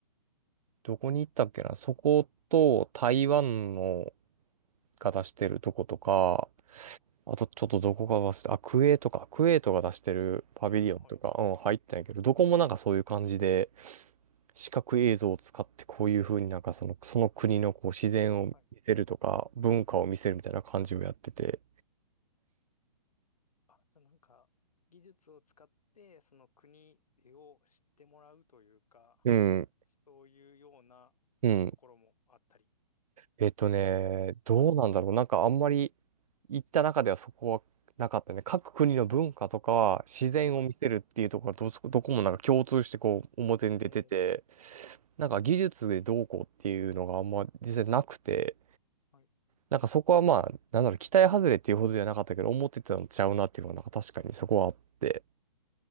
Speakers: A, on the right (about 65°); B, on the left (about 70°).
A: どこに行ったっけなそこと台湾のが出してるとことか、
B: はい。
A: あとちょっとどこか忘れた、あ、クエとトか、クエェトが出してるパビリオンとか、
B: えっと、はい。
A: うん、入ったんやけど、どこもなんかそういう感じで、視覚映像を使ってこういう風になんかその、その国のこう自然を見せるとか、
B: はい
A: 文化を見せるみたいな感じをやってて、
B: あ、じゃあなんか、技術を使って、その国を知ってもらうというか、
A: うん、
B: そういうような
A: うん。
B: ところもあったり、
A: えっとね、
B: みたいな。
A: どうなんだろう。
B: はい。
A: なんかあんまり行った中ではそこはなかったね。各国の文化とか自然を見せるっていうところがどそ、
B: はい。
A: どこもなんか共通してこう表に出てて、
B: おー、
A: なんか技術でどうこうっていうのがあんま実際なくて、
B: はい。
A: なんかそこはまあ、なんだろう、期待外れっていうほどじゃなかったけど、思ってたのちゃうなっていうのがなんか確かにそこはあって。
B: はい。